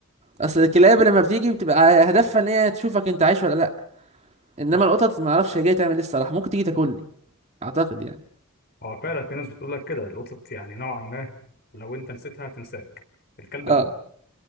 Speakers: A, on the right; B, on the left.
A: اصل الكلاب لما بتيجي بتبقى هدفها ان هي تشوفك انت عايش ولا لا انما
B: صح
A: القطط ما اعرفش هي جايه تعمل ايه الصراحه ممكن تيجي تاكلني اعتقد يعني
B: اه فعلا في ناس بتقول لك كده القطط يعني نوعا ما لو انت نسيتها هتنساك الكلب
A: اه
B: لا